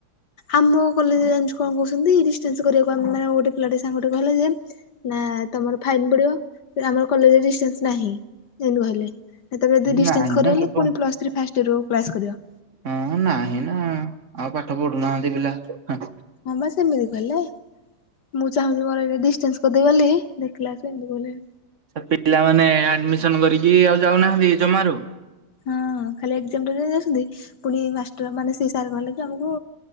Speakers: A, on the left; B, on the right.
A: ଆମ କଲେଜ୍ ରେ ଜାଣିଛୁ କଁ କୋହୁଛନ୍ତି ଡିଷ୍ଟାନ୍ସ କରିବାକୁ ଆମେ ମାନେ ଗୋଟେ ପିଲାଟେ ସାଙ୍ଗଟେ କହଲା ଯେ ନାଁ ତମର ଫାଇନ୍ ପଡ଼ିବ। ଏରା ଆମର କଲେଜେ ଡିଷ୍ଟାନ୍ସ ନାହିଁ ଏନ୍ତି କହିଲେ। ନାଁ ତମେ ଯଦି ଡିଷ୍ଟାନ୍ସ
B: ନାଇଁ
A: କରିଗଲ
B: ନା ଚୋପା
A: ପୁଣି ପ୍ଲସ୍ ଥ୍ରୀ ଫାଷ୍ଟ ଇୟର୍ ରୁ କ୍ଳାସ୍ କରିବ।
B: ହଁ ନାହିଁ ନାଁ ଆଉ ପାଠ ପଢୁନାହାନ୍ତି ପିଲା ମୁଁ।
A: ହଁ ବା ସେମିତି କହିଲେ ମୁଁ ଚାହୁଁଚି ମୋର ଏଇଟା ଡିଷ୍ଟାନ୍ସ ଓଦେ ବୋଲି ଦେଖିଲା ସେ ଏମିତି କହିଲେ।
B: ହେ ପିଲାମାନେ ଆଡ଼ମିଶନ୍ କରିକି ଆଉ ଯାଉନାହାନ୍ତି ଜମାରୁ?
A: ହଁ ଖାଲି ଏକ୍ସମ୍ ଟା ଦେଇଦଉଛନ୍ତି ପୁଣି ମାଷ୍ଟର୍ ମାନେ ପୁଣି ସେଇ ସାରେ କହିଲେ ଆମକୁ